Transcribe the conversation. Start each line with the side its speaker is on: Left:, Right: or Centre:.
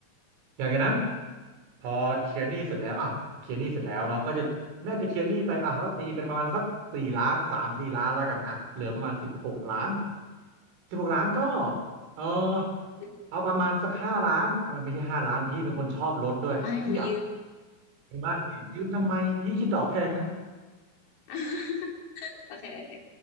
Right: อย่างจากนั้นพอเคลียร์หนี้เสร็จแล้วอ่ะเคลียร์หนี้เสร็จแล้วเนาะก็จะน่าจะเคลียร์หนี้ไปอ่ะก็ตีเป็นประมาณสักสี่ล้านสามสี่ล้านแล้วกันอ่ะเหลือประมาณสิบหกล้าน
Left: อ่ะ
Right: สิบหกล้านก็เออ
Left: สิบหก
Right: เอาประมาณสักห้าล้านเออไม่ใช่ห้าล้านพี่เป็นคนชอบรถด้วยพี่อ่ะ
Left: มาให้หนูยืม
Right: ไม่ไม่สิยืมทำไมพี่คิดดอกแพงนะ
Left: <laughs> โอเคโอเค